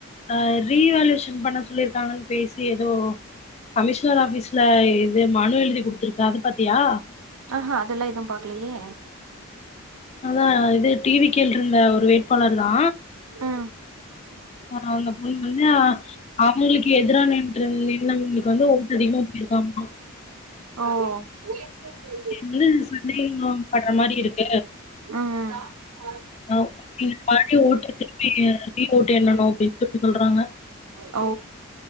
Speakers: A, on the left; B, on the right.
A: அ ரீவேல்யூஷன் பண்ண சொல்லிருக்காங்கன்னு பேசி ஏதோ கமிஷ்னர் ஆபீஸ்ல இது மனு எழுதி குடுத்துருக்கு அது பாத்தியா
B: ஆஹா அதெல்லா எதும் பாக்குலியே
A: அதா இது டி வி கேல இருந்த ஒரு வேட்பாளர் தா
B: ஆ
A: ஆ அந்த பொண்ணு வந்து ஆ அவுங்ளுக்கு எதுரா நின்ற்று நின்னவ்ங்ளுக்கு வந்து ஓட்டு அதிகமா போயிருக்காமா
B: ஓ உயர்ந்து போய்
A: என்னது இது சந்தேகமாம் படுற மாரி இருக்கு
B: ஆ ஆ
A: <inaudible> ஓட்ட திருப்பி ரீ ஓட் எண்ணணும் அப்படின்னு சொல்லி சொல்றாங்க
B: அ ஓ